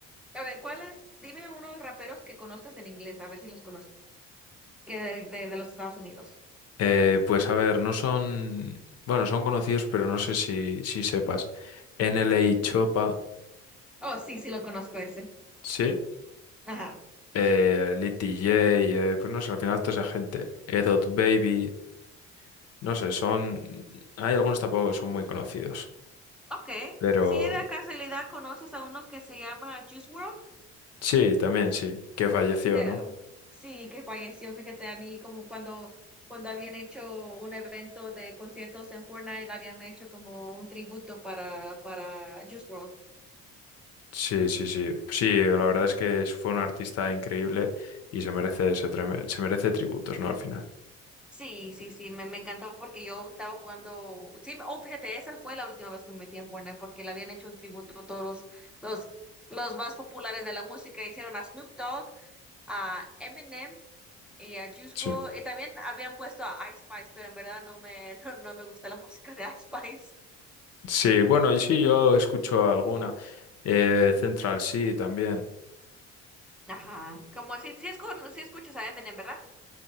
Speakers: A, in the centre; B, on the left.
A: ver, ¿cuáles? Dime unos raperos que conozcas en inglés, a ver si los conozco, que de, de de los Estados Unidos.
B: Eh, pues a ver, no son... Bueno, son conocidos, pero no sé si, si sepas. NLA Chopa,
A: Oh, sí, sí lo conozco ese.
B: ¿sí?
A: Ajá.
B: eh, Lit DJ, eh, pues no sé, al final toda esa gente, Edot Baby, no sé, son... Hay algunos tampoco que son muy conocidos,
A: Ok,
B: pero
A: si de casualidad conoces a uno que se llama Juice World,
B: sí, también sí, que falleció,
A: Te-
B: ¿no?
A: sí, que falleció, fíjate, a mí como cuando, cuando habían hecho un evento de conciertos en Fortnite, habían hecho como un tributo para, para Juice World,
B: Sí, sí, sí. Sí, la verdad es que es- fue un artista increíble y se merece, ese treme- se merece tributos, ¿no? Al final.
A: Sí, sí, sí, me, me encantó porque yo estaba jugando, sí, oh, fíjate, esa fue la última vez que me metí en Fortnite porque le habían hecho un tributo a todos los, los, los más populares de la música, hicieron a Snoop Dogg, a Eminem Y a Juice
B: Sí.
A: WRLD, y también habían puesto a Ice Spice, pero en verdad no me, <laughs> no, no me gusta la música de Ice Spice.
B: Sí, bueno, y sí, yo escucho alguna. Eh, Central sí, también.
A: Ajá. Como si, si, escu- si escuchas a Eminem, ¿verdad?